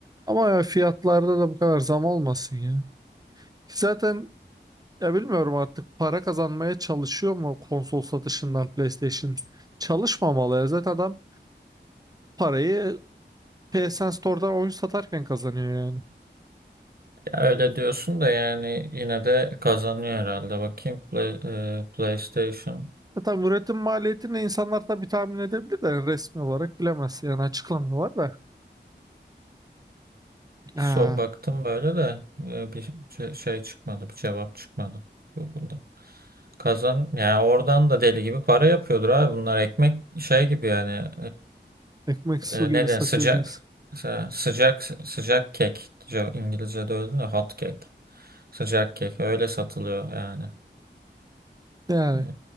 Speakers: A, on the right; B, on the right.
A: ama ya fiyatlarda da bu kadar zam olmasın ya. Ki Zaten ya bilmiyorum artık para kazanmaya çalışıyor mu konsol satışından PlayStation? Çalışmamalı ya. Zaten adam parayı PSN Store'dan oyun satarken kazanıyor yani.
B: Ya öyle diyorsun da yani yine de kazanıyor herhalde. Bakayım Play- e, PlayStation.
A: Zaten üretim maliyetini insanlar tabii tahmin edebilir de yani resmi olarak bilemez. Yani açıklamıyorlar da. Ha,
B: so baktım böyle de e, bir şey şey çıkmadı, bir cevap çıkmadı Google'da. Kazan yani oradan da deli gibi para yapıyordur abi. Bunlar ekmek şey gibi yani
A: ekmek su
B: e, e,
A: gibi
B: ne denir
A: satıyor
B: sıcak
A: diyorsun.
B: mesela sıcak sıcak kek Ce- İngilizce'de öyle değil mi? Hot cake. Sıcak kek öyle satılıyor yani.
A: Yani
B: E,